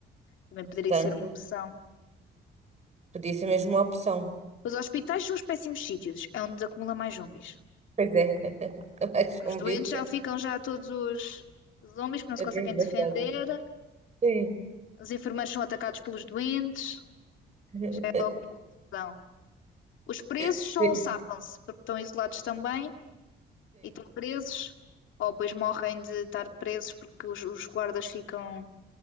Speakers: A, on the left; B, on the right.
A: Também poderia
B: Portanto,
A: ser uma opção.
B: podia ser mesmo uma opção.
A: Os hospitais são os péssimos sítios. É onde acumula mais zombies.
B: Pois é, <laughs> mais
A: Que
B: convicta.
A: Os doentes já ficam já todos os zombies que não se
B: Eu
A: conseguem
B: tenho gostado.
A: defender.
B: Sim,
A: Os enfermeiros são atacados pelos doentes.
B: sim,
A: Já é logo uma confusão. Os presos
B: sim,
A: são safam-se porque estão isolados também e estão presos. Ou depois morrem de estar presos porque os, os guardas ficam